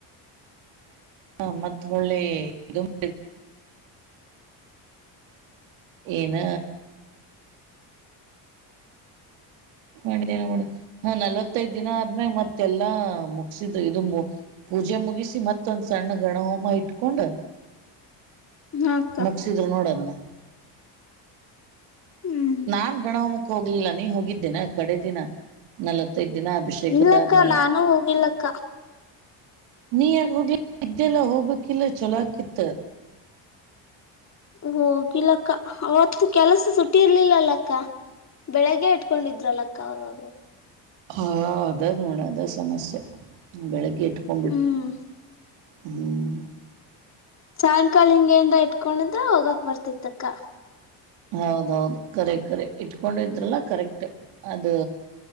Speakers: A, on the right; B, on the left.
A: ಹ ಮತ್ ಒಳ್ಳೆ ಇ ಏನ ಮಾಡೇನ ಮಾಡ ಹ ನಲ್ವತ್ತೈದ್ ದಿನ ಆದ್ಮೇಾಗ ಮತ್ತೆಲ್ಲಾ ಮುಗಸಿದ ಇದು ಪೂಜೆ ಮುಗಿಸಿ ಮತ್ತೊಂದ್ ಸಣ್ಣ ಗಣಹೋಮ ಇಟ್ಕೊಂಡ
B: ಹಾ ಅಕ್ಕ
A: ಮುಗಸಿದ್ರು ನೋಡನ್ನ
B: ಹ್ಮ್
A: ನಾನ್ ಗಣಹೊಮಕ್ಕೆ ಹೋಗ್ಲಿಲ್ಲ ನೀ ಹೋಗಿದ್ದೇನೆ ಕಡೆ ದಿನ ನಲತ್ ತ ದಿನ ಅಭಿಷೇಕ
B: ಇಲ್ಲಕ್ಕ
A: ಅದ ಮ
B: ನಾನು ಹೋಗಿಲ್ಲಕ್ಕ
A: ನೀ ಯಗ ಹೋಗ್ಲಿ ಇದ್ದೆಲ್ಲ ಹೋಗ್ಕ್ಕಿಲ್ಲ ಚಛೊಲಾಕಿತ್ತ
B: ಹೋಗಿಲ್ಲಕ್ಕ ಅವತ್ತು ಕೆಲಸ ಸುಟ್ಟಿ ಇರ್ಲಿಲ್ಲಲ್ಲಕ್ಕ ಬೆಳಿಗ್ಗೆ ಇಟ್ಕೊಂಡಿದ್ರಲ್ಲಕ್ಕ ಅವಾಗವ
A: ಹಾ ಅದ ನೋಡ ಅದ ಸಮಸ್ಯೆ ಬೆಳಗ್ಗೆ ಇಟ್ಕೊಂಡ್ಬಿಟ್ಟ
B: ಹ್ಮ್
A: ಹ್ಮ್
B: ಸಾಯಂಕಾಲ ಹಿಂಗೇಂದ ಇಟ್ಕೊಂಡಿದ್ರ ಹೋಗಕ್ ಬರ್ತಿತ್ತಕ್ಕ
A: ಹೌದೌದು ಕರೆ ಕರೆ ಇಟ್ಕೊಂಡಿದ್ರಲ್ಲ ಕರೆಕ್ಟ್ ಅದು